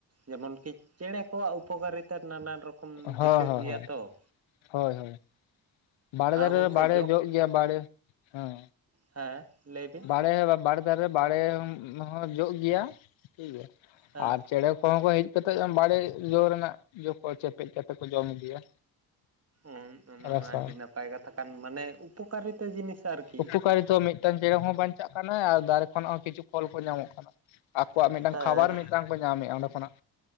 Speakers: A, on the right; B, on the left.
A: ᱡᱮᱢᱚᱱ ᱠᱤ ᱪᱮᱬᱮ ᱠᱚᱣᱟᱜ ᱩᱯᱚᱠᱟᱨᱤᱛᱟ ᱱᱟᱱᱟᱱ ᱨᱚᱠᱚᱢ
B: ᱦᱚᱸ
A: ᱫᱤᱥᱟᱹᱜ
B: ᱦᱚᱸ
A: ᱜᱮᱭᱟ᱾
B: ᱦᱚᱸ
A: ᱛᱚ
B: ᱦᱳᱭ ᱦᱳᱭ ᱵᱟᱲᱮ
A: ᱟᱨ
B: ᱫᱟᱨᱮ
A: ᱜᱚᱝᱠᱮ
B: ᱫᱚ ᱵᱟᱲᱮ ᱡᱚᱜ ᱜᱮᱭᱟ ᱵᱟᱲᱮ ᱦᱮᱸ᱾
A: ᱦᱮᱸ ᱞᱟᱹᱭ ᱵᱤᱱ
B: ᱵᱟᱲᱮ ᱵᱟᱲᱮ ᱫᱷᱟᱨᱮ ᱵᱟᱲᱮ ᱦᱚᱸᱢ ᱦᱚᱸ ᱡᱚᱜ ᱜᱮᱭᱟ᱾ ᱴᱷᱤᱠ ᱜᱮᱭᱟ
A: ᱦᱮᱸ
B: ᱟᱨ ᱪᱮᱬᱮ ᱠᱚᱦᱚᱸ ᱠᱚ ᱦᱮᱡ ᱠᱟᱛᱮᱜ ᱟᱢ ᱵᱟᱲᱮ ᱡᱚ ᱨᱮᱱᱟᱜ ᱡᱚ ᱠᱚ ᱪᱮᱯᱮᱡ ᱠᱟᱛᱮ ᱠᱚ ᱡᱚᱢ ᱤᱫᱤᱭᱟ᱾
A: ᱚᱢ ᱚᱱᱟ
B: ᱨᱟᱥᱟ
A: ᱢᱟ ᱟᱹᱰᱤ ᱱᱟᱯᱟᱭ ᱠᱟᱛᱷᱟ ᱠᱟᱱ ᱢᱟᱱᱮ ᱩᱯᱚᱠᱟᱨᱤᱛᱟ ᱡᱤᱱᱤᱥ ᱟᱨᱠᱤ᱾
B: ᱩᱯᱚᱠᱟᱨᱤᱛᱚ ᱢᱤᱫᱴᱟᱝ ᱪᱮᱬᱮ ᱦᱚᱸ ᱵᱟᱧᱪᱟᱜ ᱠᱟᱱᱟᱭ ᱟᱨ ᱫᱟᱨᱮ ᱠᱷᱚᱱᱟᱜ ᱦᱚᱸ ᱠᱤᱪᱷᱩ ᱯᱷᱚᱞ ᱠᱚ ᱧᱟᱢᱚᱜ ᱠᱟᱱᱟ᱾ ᱟᱠᱚᱣᱟᱜ ᱢᱤᱫᱴᱟᱝ
A: ᱦᱮᱸ
B: ᱠᱷᱟᱵᱟᱨ ᱢᱤᱫ ᱴᱟᱝ ᱠᱚ ᱧᱟᱢᱮᱜ-ᱟ ᱚᱸᱰᱮ ᱠᱷᱚᱱᱟᱜ᱾